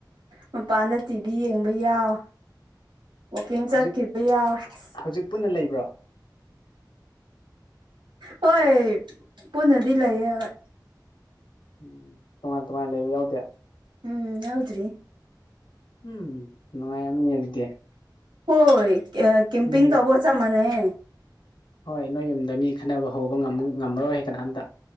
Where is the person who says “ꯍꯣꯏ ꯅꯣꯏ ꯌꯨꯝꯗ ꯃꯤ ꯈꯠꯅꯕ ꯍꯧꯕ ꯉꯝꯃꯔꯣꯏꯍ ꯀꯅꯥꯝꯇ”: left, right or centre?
Left